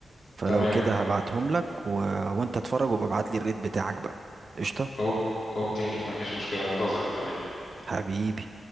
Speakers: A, on the right (about 35°); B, on the left (about 55°).
A: فلو
B: تمام
A: كده هبعتهم لك و... وانت اتفرج وابعت لي الريت بتاعك بقى قشطه
B: أوك- اوكي مفيش مشكله منتظرك حبيبي
A: حبيبي